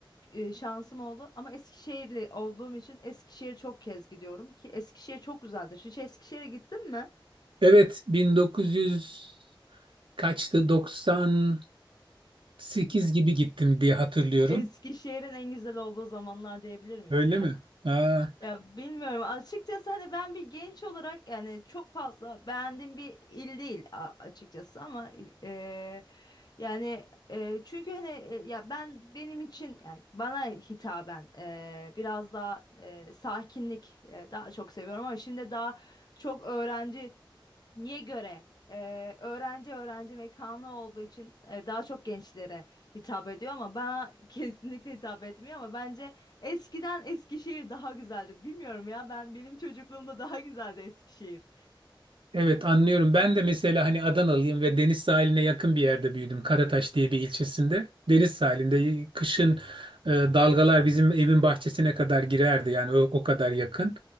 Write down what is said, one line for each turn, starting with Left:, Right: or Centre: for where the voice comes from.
Left: e, şansım oldu. Ama Eskişehirli olduğum için Eskişehir çok kez gidiyorum ki Eskişehir çok güzeldir. Hiç Eskişehir'e gittin mi?
Right: Evet 1900 kaçtı? 90 Sekiz gibi gittim diye hatırlıyorum.
Left: Eskişehir'in en güzel olduğu zamanlar diyebilir miyiz
Right: Öyle
Left: ya?
Right: mi? Aa,
Left: Ya bilmiyorum açıkçası hani ben bir genç olarak yani çok fazla beğendiğim bir il değil a- açıkçası ama il- eee, yani eee, çünkü hani e, ya ben benim için yani bana hitaben eee, biraz daha eee, sakinlik eee, daha çok seviyorum ama şimdi daha çok öğrenci Niye göre? Ee, öğrenci öğrenci mekanı olduğu için e, daha çok gençlere hitap ediyor ama bana <laughs> kesinlikle hitap etmiyor ama bence eskiden Eskişehir daha güzeldi. Bilmiyorum ya ben benim çocukluğumda daha güzeldi Eskişehir.
Right: Evet anlıyorum. Ben de mesela hani Adanalıyım ve deniz sahiline yakın bir yerde büyüdüm. Karataş diye bir ilçesinde. Deniz sahilinde kışın e, dalgalar bizim evin bahçesine kadar girerdi. Yani o, o kadar yakın.